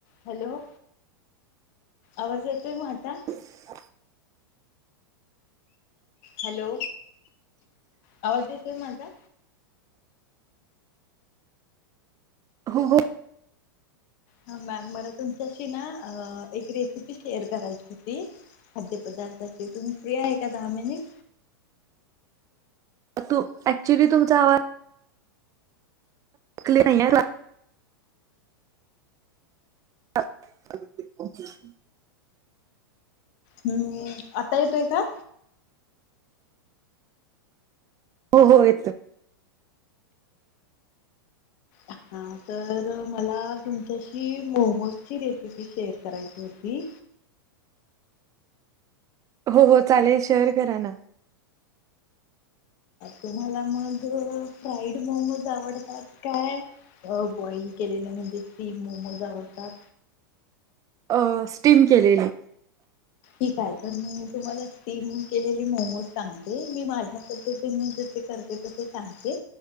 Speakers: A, on the left; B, on the right.
A: Hello, आवाज येतोय म आता?
B: <inaudible>
A: हॅलो आवाज येतोय माझा?
B: हो, हो
A: हा मॅम मला तुमच्याशी ना एक रेसिपी शेअर करायची होती खाद्य पदार्थाची तुम्ही फ्री आहे का दहा मिनिट.
B: तू <unintelligible> ऍक्च्युली तुमचा आवाज कली <unintelligible> श <unintelligible>
A: हम्म, आता येतोय का?
B: हो, हो येतोय
A: हा तर मला तुमच्याशी मोमोजची रेसिपी शेअर करायची होती.
B: हो, हो चालेल, शेअर करा ना.
A: तुम्हाला मग फ्राईड मोमोज आवडतात काय बॉइल केलेले म्हणजे स्टीम मोमोज आवडतात.
B: अ, स्टीम केलेले.
A: ठीक आहे तर मी तुम्हाला स्टीम केलेली मोमोज सांगते मी माझ्या पद्धतीने जसे करते तसे सांगते